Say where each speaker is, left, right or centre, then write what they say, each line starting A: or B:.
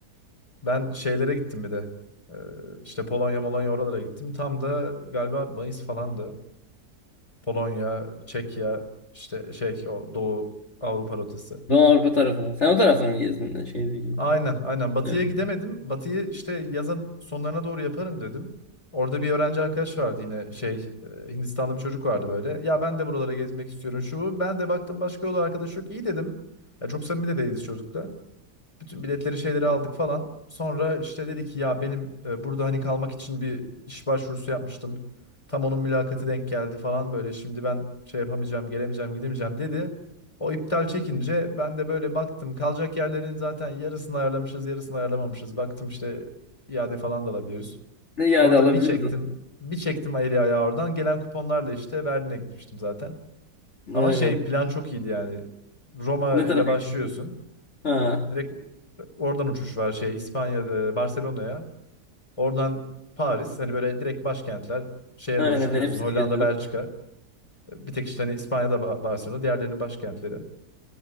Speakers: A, on the left; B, on the left.
A: Ben şeylere gittim bir de. Ee, işte Polonya, Molonya oralara gittim. Tam da galiba Mayıs falandı. Polonya, Çekya, işte şey o Doğu Avrupa rotası.
B: Doğu Avrupa tarafına. Sen o tarafları mı gezdin de şey diye.
A: Aynen, aynen. Batı'ya
B: Yani.
A: gidemedim. Batı'yı işte yazın sonlarına doğru yaparım dedim. Orada bir öğrenci arkadaş vardı yine şey e, Hindistanlı bir çocuk vardı böyle. Ya ben de buralara gezmek istiyorum şu bu. Ben de baktım başka yol arkadaş yok. İyi dedim. Ya çok samimi de değiliz çocukla. Bütün biletleri şeyleri aldık falan. Sonra işte dedi ki ya benim e, burada hani kalmak için bir iş başvurusu yapmıştım. Tam onun mülakatı denk geldi falan böyle. Şimdi ben şey yapamayacağım, gelemeyeceğim, gidemeyeceğim dedi. O iptal çekince ben de böyle baktım. Kalacak yerlerin zaten yarısını ayarlamışız, yarısını ayarlamamışız. Baktım işte iade falan da alabiliyoruz.
B: Ne iade
A: Orada
B: alabiliyorsun.
A: bir çektim. Bir çektim eli ayağı oradan. Gelen kuponlarla işte Berlin'e gitmiştim zaten.
B: Aynen.
A: Ama şey plan çok iyiydi yani. Roma
B: Ne
A: ile
B: tarafa
A: başlıyorsun.
B: gidecektin? Ha.
A: Direkt oradan uçuş var şey İspanya e, Barcelona'ya. Oradan Paris hani böyle direkt başkentler şeye
B: Aynen
A: doğru çıkıyorsun.
B: hepsini
A: Hollanda,
B: gezip.
A: Belçika. Bir tek işte hani İspanya'da Ba- Barcelona, diğerlerinin başkentleri.